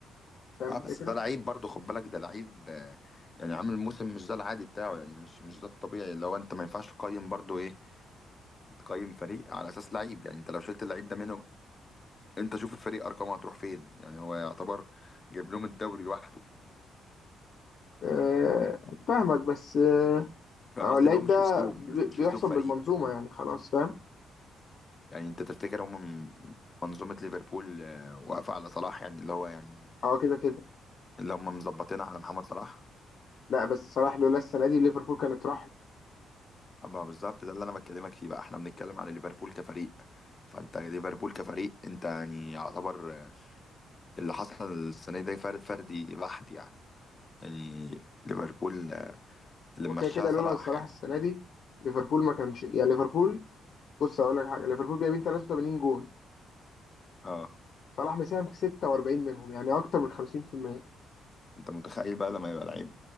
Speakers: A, on the left; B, on the left.
A: فاهم
B: اه
A: الفكره
B: بس ده لعيب برضه خد بالك ده لعيب آه، يعني عامل موسم مش ده العادي بتاعه يعني مش مش ده الطبيعي لو انت ما ينفعش تقيم برضه ايه تقيم فريق على اساس لعيب يعني انت لو شلت اللعيب ده منه انت شوف الفريق ارقامه هتروح فين يعني هو يعتبر جايب لهم الدوري لوحده
A: أه فاهمك بس آه،
B: فاهم
A: هو
B: قصدي
A: اللعيب
B: اللي هو مش
A: ده
B: اسلوب
A: بي-
B: مش, مش
A: بيحسن
B: اسلوب فريق
A: بالمنظومه يعني خلاص فاهم
B: يعني انت تفتكر هم م- منظومة ليفربول آه، واقفة على صلاح يعني اللي هو يعني
A: اه كده كده
B: اللي هم مظبطينها على محمد صلاح
A: لا بس صلاح لولا السنه دي ليفربول كانت راحت
B: أما بالظبط ده اللي انا بكلمك فيه بقى احنا بنتكلم على ليفربول كفريق فانت ليفربول كفريق انت يعني يعتبر آه، اللي حصل السنة دي فرد فردي بحت يعني يعني ليفربول آه، اللي
A: هو
B: مشاها
A: كده كده
B: صلاح
A: لولا صلاح
B: يعني
A: السنه دي ليفربول ما كانش يعني ليفربول بص اقول لك حاجه ليفربول جايبين 83 جون
B: اه
A: صلاح مساهم في 46 منهم يعني اكتر من 50%
B: انت متخيل بقى لما يبقى لعيب